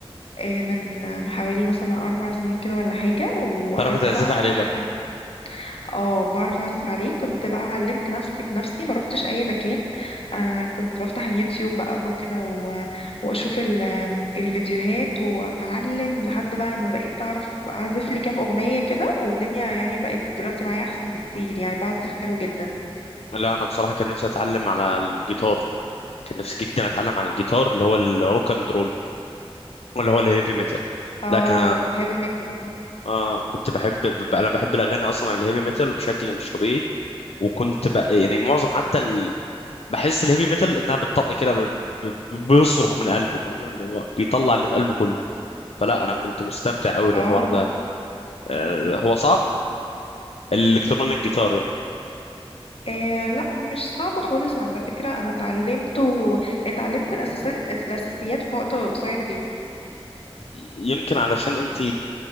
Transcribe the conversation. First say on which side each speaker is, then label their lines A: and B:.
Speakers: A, on the left; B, on the left.
A: آه، من من حوالي مثلا اربع سنين كده ولا حاجة وقعدت
B: تعرف تعزف
A: بقى
B: عليه
A: افتح
B: بقى
A: اه بعرف اعزف عليه كنت بقى علمت نفسي بنفسي ما روحتش اي مكان آه كنت بفتح اليوتيوب بقى وكده و- واشوف ال- الفيديوهات واتعلم لحد بقى ما بقيت اعرف اعزف لي كام اغنية كده والدنيا يعني بقت دلوقتي معايا احسن بكتير يعني بعزف حلو جدا
B: لا انا بصراحه كان نفسي اتعلم على الجيتار كان نفسي جدا اتعلم على الجيتار اللي هو الروك اند رول اللي هو الهيفي ميتال
A: اه
B: لكن
A: الهيفي ميتال
B: اه كنت بحب ب- انا بحب الاغاني اصلا الهيفي ميتال بشكل مش طبيعي وكنت ب... يعني معظم حتى ال... بحس الهيفي ميتال انها بتطق كده ب... ب... ب- بيصرخ من قلبه فاهم اللي هو بيطلع اللي في قلبه كله فلا انا كنت مستمتع قوي
A: اه
B: بالحوار ده آه هو صعب الالكترونيك جيتار يعني
A: آه لا مش صعب خالص على فكرة أنا اتعلمت اتعلمت الأساسات الأساسيات في وقت قصير جدا
B: يمكن علشان انت